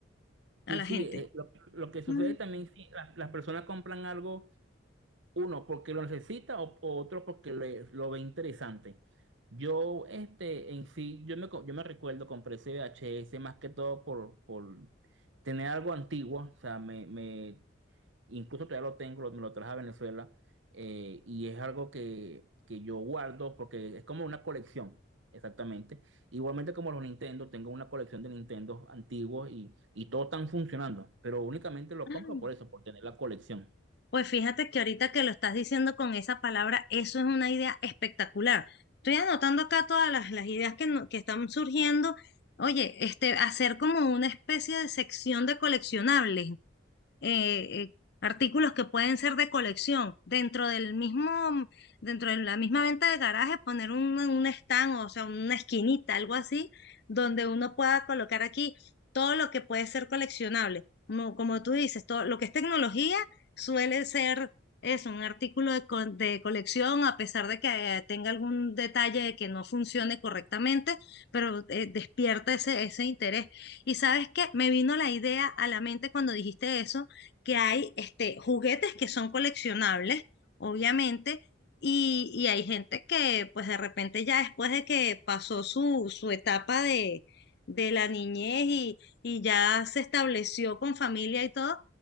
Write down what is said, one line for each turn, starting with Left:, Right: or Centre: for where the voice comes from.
Left: a
Right: Sí,
Left: la
Right: sí,
Left: gente.
Right: eh, lo, lo que sucede
Left: Mm,
Right: también, sí, las, las personas compran algo Uno porque lo necesita o, o otro porque le- lo ve interesante. Yo, este, en sí, yo me, co- yo me recuerdo, compré ese V H S más que todo por, por tener algo antiguo, o sea, me, me, incluso todavía lo tengo, lo- me lo traje a Venezuela, eh, y es algo que, que yo guardo porque es como una colección, exactamente. Igualmente como los Nintendo, tengo una colección de Nintendo antiguos y, y todos están funcionando, pero únicamente lo
Left: ah,
Right: compro por eso, por tener la colección.
Left: Pues fíjate que ahorita que lo estás diciendo con esa palabra, eso es una idea espectacular. Estoy anotando acá todas las, las ideas que, no- que están surgiendo. Oye, este, hacer como una especie de sección de coleccionables eh, eh, artículos que pueden ser de colección. Dentro del mismo, dentro de la misma venta de garaje, poner un, un stand, o sea, una esquinita, algo así, donde uno pueda colocar aquí todo lo que puede ser coleccionable. Como, como tú dices, todo lo que es tecnología suele ser eso, un artículo de, co- de colección, a pesar de que eh, tenga algún detalle de que no funcione correctamente, pero eh, despierta ese, ese interés. Y sabes qué, me vino la idea a la mente cuando dijiste eso, que hay este, juguetes que son coleccionables, obviamente, y, y hay gente que pues de repente ya después de que pasó su, su etapa de, de la niñez y, y ya se estableció con familia y todo,